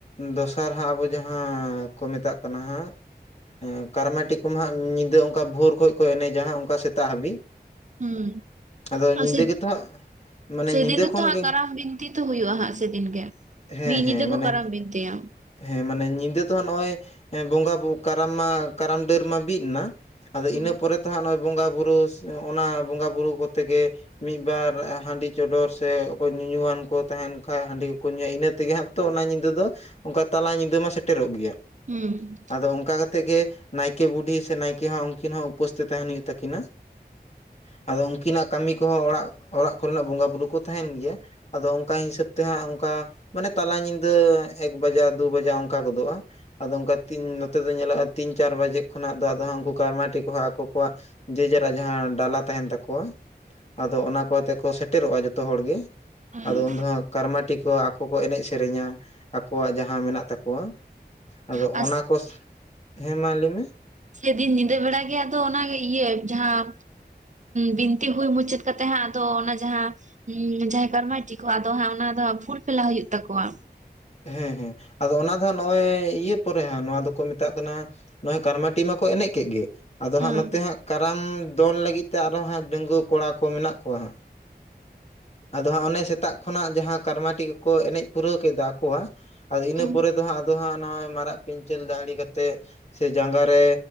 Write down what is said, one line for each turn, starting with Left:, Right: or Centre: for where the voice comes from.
Left: ᱫᱚᱥᱟᱨ ᱦᱟᱸᱜ ᱟᱵᱚ ᱡᱟᱦᱟᱸ ᱠᱚ ᱢᱮᱛᱟᱜ ᱠᱟᱱᱟ ᱦᱟᱸᱜ ᱦᱮᱸ ᱠᱟᱨᱢᱟᱴᱤᱠ ᱠᱚᱢᱟ ᱦᱟᱸᱜ ᱧᱤᱫᱟᱹ ᱚᱱᱠᱟ ᱵᱷᱳᱨ ᱠᱷᱚᱱ ᱠᱚ ᱮᱱᱮᱡᱟ ᱦᱟᱸᱜ ᱚᱱᱠᱟ ᱥᱮᱛᱟᱜ ᱦᱟᱹᱵᱤᱡ᱾
Right: ᱦᱩᱸ
Left: ᱟᱫᱚ ᱧᱤᱫᱟ
Right: ᱥᱮ
Left: ᱜᱮᱛᱚ ᱦᱟᱸᱜ ᱢᱟᱱᱮ
Right: ᱥᱮᱫᱤᱱ
Left: ᱧᱤᱫᱟᱹ
Right: ᱫᱚᱛᱚ
Left: ᱠᱷᱚᱱ ᱜᱮ
Right: ᱠᱟᱨᱟᱢ ᱵᱤᱱᱛᱤ ᱛᱚ ᱦᱩᱭᱩᱜᱼᱟ ᱥᱮᱫᱤᱱ ᱜᱮ᱾
Left: ᱦᱮᱸ
Right: ᱢᱤᱫ ᱧᱤᱫᱟᱹ
Left: ᱦᱮᱸ ᱢᱟᱱᱮ
Right: ᱠᱚ ᱠᱟᱨᱟᱢ ᱵᱤᱱᱛᱤᱭᱟ᱾
Left: ᱦᱮᱸ ᱢᱟᱱᱮ ᱧᱤᱫᱟᱹ ᱫᱚ ᱱᱚᱜᱼᱚᱭ ᱵᱚᱸᱜᱟ ᱠᱟᱨᱟᱢ ᱢᱟ ᱠᱟᱨᱟᱢ ᱰᱟᱹᱨ ᱢᱟ ᱵᱤᱫ ᱮᱱᱟ᱾ ᱟᱫᱚ ᱤᱱᱟᱹ
Right: ᱦᱩᱸ
Left: ᱯᱚᱨᱮ ᱛᱚ ᱦᱟᱸᱜ ᱱᱚᱜᱼᱚᱭ ᱵᱚᱸᱜᱟ ᱵᱩᱨᱩ ᱚᱱᱟ ᱵᱚᱸᱜᱟ ᱵᱩᱨᱩ ᱠᱚᱛᱮᱜᱮ ᱢᱤᱫᱵᱟᱨ ᱦᱟᱺᱰᱤ ᱪᱚᱰᱚᱨ ᱥᱮ ᱚᱠᱚᱭ ᱧᱩᱣᱟᱱ ᱠᱚ ᱛᱟᱦᱮᱱ ᱠᱷᱟᱡ ᱦᱟᱺᱰᱤ ᱠᱚᱠᱚ ᱧᱩᱭᱟ ᱤᱱᱟᱹ ᱛᱮᱜᱮ ᱦᱟᱸᱜ ᱛᱚ ᱚᱱᱟ ᱧᱤᱫᱟᱹ ᱫᱚ ᱚᱱᱠᱟ ᱛᱟᱞᱟ ᱧᱤᱫᱟᱹ ᱢᱟ ᱥᱮᱴᱮᱨᱚᱜ ᱜᱮᱭᱟ᱾
Right: ᱦᱩᱸ
Left: ᱟᱫᱚ ᱚᱱᱠᱟ ᱠᱟᱛᱮ ᱜᱮ ᱱᱟᱭᱠᱮ ᱵᱩᱰᱷᱤ ᱥᱮ ᱱᱟᱭᱠᱮ ᱦᱚᱸ ᱩᱱᱠᱤᱱ ᱦᱚᱸ ᱩᱯᱟᱹᱥ ᱛᱮ ᱛᱟᱦᱮᱱ ᱦᱩᱭᱩᱜ ᱛᱟᱠᱤᱱᱟ᱾ ᱟᱫᱚ ᱩᱱᱠᱤᱱᱟᱜ ᱠᱟᱹᱢᱤ ᱠᱚᱦᱚᱸ ᱚᱲᱟᱜ ᱚᱲᱟᱜ ᱠᱚᱨᱮᱱᱟᱜ ᱵᱚᱸᱜᱟᱼ ᱵᱩᱨᱩ ᱠᱚ ᱛᱟᱦᱮᱱ ᱜᱮᱭᱟ ᱟᱫᱚ ᱚᱱᱠᱟ ᱦᱤᱥᱟᱹᱵ ᱛᱮ ᱦᱟᱸᱜ ᱚᱱᱠᱟ ᱢᱟᱱᱮ ᱛᱟᱞᱟ ᱧᱤᱫᱟᱹ ᱮᱠ ᱵᱟᱡᱟᱜ ᱫᱩ ᱵᱟᱡᱟᱜ ᱚᱱᱠᱟ ᱜᱚᱫᱚᱜᱼᱟ᱾ ᱟᱫᱚ ᱚᱱᱠᱟ ᱱᱚᱛᱮ ᱫᱚ ᱧᱮᱞᱚᱜᱼᱟ ᱛᱤᱱ ᱪᱟᱨ ᱵᱟᱡᱮ ᱠᱷᱚᱱᱟᱜ ᱫᱚ ᱟᱫᱚ ᱦᱟᱸ ᱠᱩ ᱠᱟᱨᱢᱟᱴᱤ ᱠᱚ ᱦᱟᱸᱜ ᱟᱠᱚ ᱠᱚᱣᱟᱜ ᱡᱮ ᱡᱟᱨᱟᱜ ᱡᱟᱦᱟᱸ ᱰᱟᱞᱟ ᱛᱟᱦᱮᱱ ᱛᱟᱠᱚᱣᱟ ᱟᱫᱚ ᱚᱱᱟ ᱠᱚᱛᱮ ᱠᱚ ᱥᱮᱴᱮᱨᱚᱜᱼᱟ ᱡᱚᱛᱚ ᱦᱚᱲᱜᱮ
Right: ᱦᱩᱸ
Left: ᱟᱫᱚ ᱩᱱᱫᱚᱜ ᱦᱟᱸᱜ ᱠᱟᱨᱢᱟᱴᱤ ᱠᱚ ᱟᱠᱚ‌ᱠᱚ ᱮᱱᱮᱡ ᱥᱮᱨᱮᱧᱟ ᱟᱠᱚᱣᱟᱜ ᱡᱟᱦᱟᱸ ᱢᱮᱱᱟᱜ ᱛᱟᱠᱚᱣᱟ᱾ ᱟᱫᱚ
Right: ᱟᱥ
Left: ᱚᱱᱟᱠᱚ ᱦᱮᱸ ᱢᱟ ᱞᱟᱹᱭ ᱢᱮ ᱾
Right: ᱞᱟ. ᱭᱫᱤᱧ ᱧᱤᱫᱟᱹ ᱵᱮᱲᱟ ᱜᱮ ᱟᱫᱚ ᱚᱱᱟ ᱤᱭᱟᱹ ᱡᱟᱦᱟᱸ, ᱵᱤᱱᱛᱤ ᱦᱩᱭ ᱢᱩᱪᱟᱹᱫ ᱠᱟᱛᱮᱜ ᱦᱟᱸᱜ ᱟᱫᱚ ᱚᱱᱟ ᱡᱟᱦᱟᱸ, ᱡᱟᱦᱟᱸᱭ ᱠᱟᱨᱢᱟᱭᱴᱤ ᱠᱚ ᱟᱫᱚ ᱦᱟᱜ ᱚᱱᱟ ᱫᱚ ᱯᱷᱩᱞ ᱯᱷᱮᱞᱟ ᱦᱩᱭᱩᱜ ᱛᱟᱠᱚᱣᱟ᱾
Left: ᱦᱮᱸ ᱦᱮᱸ᱾ ᱟᱫᱚ ᱚᱱᱟ ᱫᱚ ᱦᱟᱸᱜ ᱱᱚᱜᱼᱚᱭ ᱤᱭᱟᱹ ᱯᱚᱨᱮ ᱦᱟᱸᱜ ᱱᱚᱣᱟ ᱫᱚᱠᱚ ᱢᱮᱛᱟᱜ ᱠᱟᱱᱟ, ᱱᱚᱣᱟ ᱠᱟᱨᱢᱟᱴᱤ ᱢᱟᱠᱚ ᱮᱱᱮᱡ ᱠᱮᱫ ᱜᱮ᱾ ᱟᱫᱚ
Right: ᱦᱮᱸ
Left: ᱦᱟᱸᱜ ᱱᱚᱛᱮ ᱦᱟᱸᱜ ᱠᱟᱨᱟᱢ ᱫᱚᱱ ᱞᱟᱹᱜᱤᱫ ᱛᱮ ᱟᱨᱚ ᱦᱟᱸᱜ ᱰᱟᱹᱜᱩᱣᱟᱹ ᱠᱚᱲᱟ ᱠᱚ ᱢᱮᱱᱟᱜ ᱠᱚᱣᱟ ᱦᱟᱸᱜ᱾ ᱟᱫᱚ ᱦᱟᱸᱜ ᱚᱱᱮ ᱥᱮᱛᱟᱜ ᱠᱷᱚᱱᱟᱜ ᱡᱟᱦᱟᱸ ᱠᱟᱨᱢᱟᱴᱤ ᱠᱚ ᱠᱚ ᱮᱱᱮᱡ ᱯᱩᱨᱟᱹᱣ ᱠᱮᱫᱟ ᱟᱠᱚᱣᱟᱜ᱾ ᱟᱫᱚ ᱤᱱᱟᱹ
Right: ᱦᱩᱸ
Left: ᱯᱚᱨᱮ ᱫᱚ ᱦᱟᱸᱜ ᱟᱫᱚ ᱦᱟᱸᱜ ᱱᱚᱜᱼᱚᱭ ᱢᱟᱨᱟᱜ ᱯᱤᱧᱪᱟᱹᱨ ᱫᱟᱦᱲᱤ ᱠᱟᱛᱮᱜ ᱥᱮ ᱡᱟᱺᱜᱟ ᱨᱮ